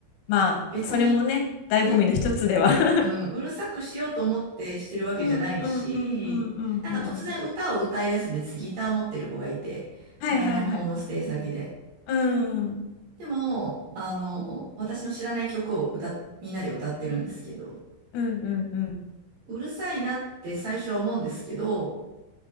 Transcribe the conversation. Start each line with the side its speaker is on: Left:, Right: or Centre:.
Left: まあ、
Right: 別に、
Left: それもね、醍醐味の一つでは
Right: ね
Left: <laughs>
Right: うん、うるさくしようと思ってしてるわけじゃないし、
Left: うんうんうんうんうんうん。
Right: なんか突然歌を歌い出すんです、ギターを持ってる子がいて、
Left: はいはいはい。
Right: 前のホームステイ先で。
Left: うん
Right: でも、あの、私の知らない曲を歌っ、みんなで歌ってるんですけど、
Left: うんうんうん。
Right: うるさいなって最初は思うんですけど、